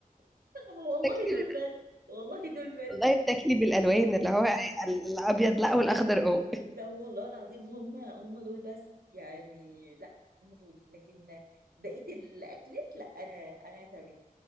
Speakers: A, on the right; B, in the centre.
A: <laughs> والله
B: بتاكلي
A: دول
B: بال...
A: بس والله دول بس
B: والله بتاكلي بالالوان اللي هو الابيض لا والاخضر اه
A: لا والله العظيم هم هم دول بس يعني لا هم دول لكن بقية الأكلات لا أنا أنا تمام